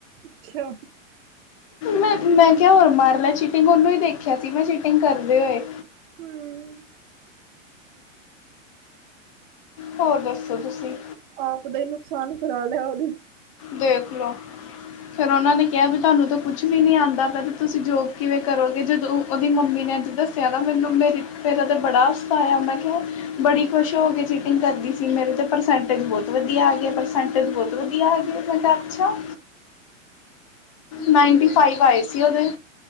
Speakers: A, on the right; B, on the left.
A: ਅੱਛਾ।
B: ਮੈਂ, ਮੈਂ ਕੇਆ ਹੋਰ ਮਾਰ ਲੈ ਚੀਟਿੰਗ ਔਨੂੰ ਈ ਦੇਖੇਆ ਸੀ ਮੈਂ ਚੀਟਿੰਗ ਕਰਦੇ ਹੋਏ।
A: ਹਮ
B: ਹੋਰ ਦੱਸੋ ਤੁਸੀ?
A: ਆਪ ਦਾ ਈ ਨੁਕਸਾਨ ਕਰਾ ਲੇਆ ਓਦੇ
B: ਦੇਖਲੋ, ਫੇਰ ਓਨਾਂ ਨੇ ਕੇਆ ਵੀ ਥਾਨੂੰ ਤਾਂ ਕੁਛ ਵੀ ਨੀ ਆਂਦਾ, ਪਤਾ ਤੁਸੀਂ ਜੋਬ ਕਿਵੇਂ ਕਰੋਗੇ ਜਦੋਂ ਓਦੀ ਮੰਮੀ ਨੇ ਜਦ ਕੈਦਾ ਮੈਨੂੰ ਮੇਰੀ, ਤਾ ਬੜਾ ਹਾਸਾ ਆਏਆ ਮੈਂ ਕੇਆ ਬੜੀ ਖੁਸ਼ ਹੋ ਕੇ ਚੀਟਿੰਗ ਕਰਦੀ ਸੀ ਮੇਰੇ ਤੇ ਪਰਸੈਂਟੇਜ ਬੋਤ ਵਦੀਆ ਆਗੇ, ਪਰਸੈਂਟਜ ਬੋਤ ਵਦੀਆ ਆਗੇ। ਮੈ ਕੇਆ ਆੱਛਾ।
A: ਹਮ
B: ਨਾਈਨਟੀ ਫਾਈਵ ਆਏ ਸੀ ਓਦੇ।